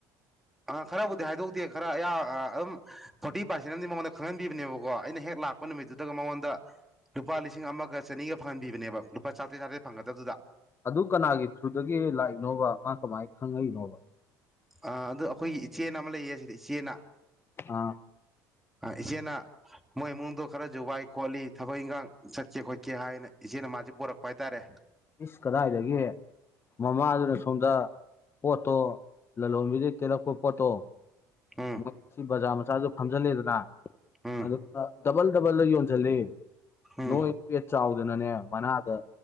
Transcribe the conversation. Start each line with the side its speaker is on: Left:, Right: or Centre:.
Centre: ꯑ ꯈꯔꯕꯨꯗꯤ ꯍꯥꯏꯗꯣꯛꯇꯦ ꯈꯔ ꯑꯌꯥ ꯑꯗꯨꯝ ꯐꯣꯔꯇꯤ ꯄꯥꯔꯁꯦꯟ ꯑꯃꯗꯤ ꯃꯉꯣꯟꯗ ꯈꯪꯍꯟꯕꯤꯕꯅꯦꯕꯀꯣ ꯑꯩꯅ ꯍꯦꯛ ꯂꯥꯛꯄ ꯅꯨꯃꯤꯠꯇꯨꯗꯒ ꯃꯉꯣꯟꯗ ꯂꯨꯄꯥ ꯂꯤꯁꯤꯡ ꯑꯃꯒ ꯆꯅꯤꯒ ꯐꯪꯍꯟꯕꯤꯕꯅꯦꯕ ꯂꯨꯄꯥ ꯆꯥꯇ꯭ꯔꯦꯠ ꯆꯥꯇ꯭ꯔꯦꯠ ꯐꯪꯒꯗꯕꯗꯨꯗ
Left: ꯑꯗꯨ ꯀꯅꯥꯒꯤ ꯊ꯭ꯔꯨꯗꯒꯤ ꯂꯥꯛꯏꯅꯣꯕ ꯃꯥ ꯀꯃꯥꯏꯅ ꯈꯪꯉꯛꯏꯅꯣꯕ
Centre: ꯑ ꯑꯗꯨ ꯑꯩꯈꯣꯏꯒꯤ ꯏꯆꯦ ꯑꯃ ꯂꯩꯌꯦ ꯁꯤꯗ ꯏꯆꯦꯅ
Left: ꯑꯥ
Centre: ꯍꯆꯦꯟꯅ ꯃꯣꯏ ꯏꯃꯨꯡꯗꯣ ꯈꯔꯁꯨꯖꯨ ꯋꯥꯏ ꯈꯣꯠꯂꯤ ꯊꯕꯛ ꯏꯟꯈꯥꯡ ꯆꯠꯀꯦ ꯈꯣꯠꯀꯦ ꯍꯥꯏꯅ ꯏꯆꯦꯅ ꯃꯥꯁꯦ ꯄꯣꯔꯛꯄ ꯍꯥꯏꯇꯥꯔꯦ
Left: ꯏꯁ ꯀꯗꯥꯏꯒꯦ ꯃꯃꯥꯗꯨꯅ ꯁꯣꯝꯗ ꯄꯣꯠꯇꯣ ꯂꯂꯣꯟꯕꯤꯗꯩ ꯇꯦꯜꯂꯛꯄ ꯄꯣꯠꯇꯣ
Centre: ꯎꯝ
Left: ꯃ ꯖꯥ ꯆꯥꯗ ꯐꯝꯖꯜꯂꯦꯗꯅ
Centre: ꯎꯝ
Left: ꯑꯗꯨꯒ ꯗꯕꯜ ꯗꯕꯜꯗ ꯌꯣꯟꯁꯤꯜꯂꯤ
Centre: ꯎꯝ
Left: ꯅꯣꯏ ꯄꯦꯠ ꯆꯥꯎꯗꯅꯅꯦ ꯃꯅꯥꯗ